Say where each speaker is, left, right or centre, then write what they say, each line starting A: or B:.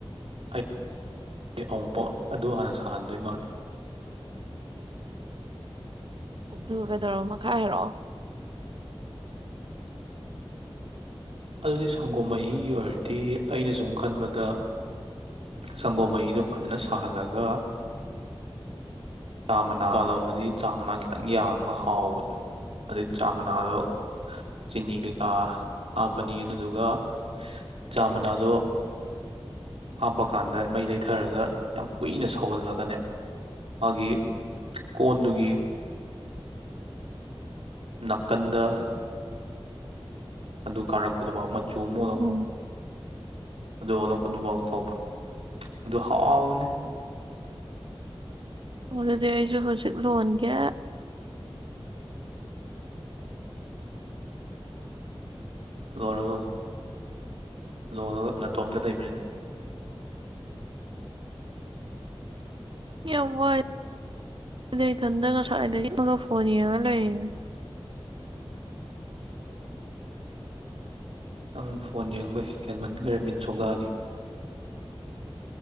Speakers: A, on the right (about 80°); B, on the right (about 55°).
A: ꯑꯩ ꯑꯃꯨꯛꯐꯥꯎ ꯑꯗꯨ ꯍꯥꯟꯅ ꯁꯥꯍꯟꯗꯣꯏ ꯃꯥꯜꯂꯤ
B: ꯑꯗꯨꯒ ꯀꯩꯗꯧꯔꯣ ꯃꯈꯥꯏ ꯍꯥꯏꯔꯛꯑꯣ
A: ꯑꯗꯨꯗꯤ ꯁꯪꯒꯣꯝ ꯃꯍꯤꯒꯤ ꯑꯣꯏꯔꯗꯤ ꯑꯩꯅ ꯁꯨꯝ ꯈꯟꯕꯗ ꯁꯪꯒꯣꯝ ꯃꯍꯤꯗꯨ ꯐꯖꯅ ꯁꯥꯍꯜꯂꯒ ꯆꯥ ꯃꯅꯥ ꯂꯥꯂꯣꯟꯕꯗꯤ ꯆꯥ ꯃꯅꯥ ꯈꯤꯇꯪ ꯌꯥꯝꯃꯒ ꯍꯥꯎꯕꯅꯦꯕ ꯑꯗꯨꯗꯩ ꯆꯥ ꯃꯅꯥꯗꯣ ꯆꯤꯅꯤ ꯀꯩꯀꯥ ꯍꯥꯞꯄꯅꯤ ꯑꯗꯨꯗꯨꯒ ꯆꯥ ꯃꯅꯥꯗꯣ ꯍꯥꯞꯄ ꯀꯥꯟꯗ ꯃꯩ ꯂꯩꯊꯔꯒ ꯌꯥꯝ ꯀꯨꯏꯅ ꯁꯧꯍꯜꯂꯒꯅꯦ ꯃꯥꯒꯤ ꯀꯣꯟꯗꯨꯒꯤ ꯅꯥꯀꯟꯗ ꯑꯗꯨ ꯀꯥꯔꯛꯄꯗꯨꯐꯥꯎ ꯆꯨ ꯃꯨꯂ
B: ꯎꯝ
A: ꯑꯗꯨ ꯑꯣꯂꯛꯄꯗꯨꯐꯥꯎ ꯊꯧꯕ ꯑꯗꯨ ꯍꯥꯎꯋꯅꯤ
B: ꯑꯗꯨꯗꯤ ꯑꯩꯁꯨ ꯍꯧꯖꯤꯛ ꯂꯣꯟꯒꯦ
A: ꯂꯣꯜꯂ ꯂꯣꯂ ꯂꯣꯜꯂꯒ ꯅꯥꯇꯣꯝꯗ ꯂꯩꯕꯅꯤꯅ
B: ꯌꯥꯝ ꯋꯥꯏꯗ ꯏꯊꯟꯗ ꯉꯁꯥꯏꯗꯒꯤ ꯑꯃꯒ ꯐꯣꯅꯤꯉ ꯂꯩꯦ
A: ꯅꯪ ꯐꯣꯟ ꯌꯦꯡꯕ ꯍꯦꯟꯃꯟꯈꯔ ꯃꯤꯠ ꯆꯣꯒꯑꯅꯤ